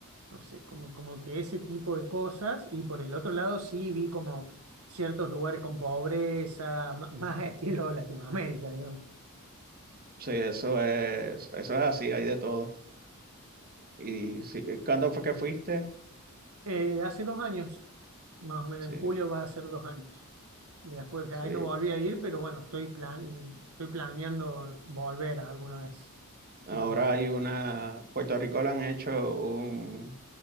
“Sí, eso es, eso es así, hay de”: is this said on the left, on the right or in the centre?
Right